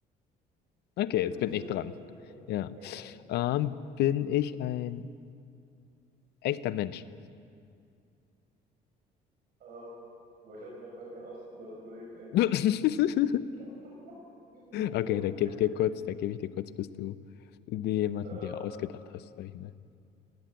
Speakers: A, on the left (about 75°); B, on the right (about 65°).
A: Okay,
B: Okay,
A: jetzt
B: da bist
A: bin
B: du
A: ich
B: jetzt
A: dran.
B: an. an-
A: Ja.
B: Okay.
A: Ähm, bin ich ein echter Mensch?
B: Ähm, aber ich habe mir noch gar keinen aus über überlegt eigentlich.
A: <laughs>
B: <laughs>
A: Okay,
B: Trotzdem.
A: da gebe ich dir kurz, da gebe ich dir kurz, bis du jemanden
B: Äh,
A: dir ausgedacht hast, sag ich mal.